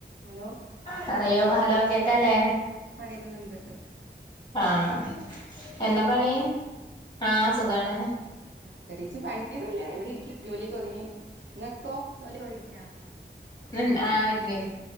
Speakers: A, on the right; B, on the left.
A: Hello
B: പറയൂ hello കേക്കല്ലേ
A: ആകേകുന്നുണ്ട്
B: ആഹ എന്താ പണി ആഹ് സുഖാണ്
A: പ്രത്യേകിച്ചും പണിയൊന്നുമല്ല എവിടെരിക്ക ജോലിയൊക്കെ ഒതുങ്ങിയ ഇങ്ങക്കോ ജോലി ഒതുങ്ങിയ
B: ഉ ആ ഒരുങ്ങി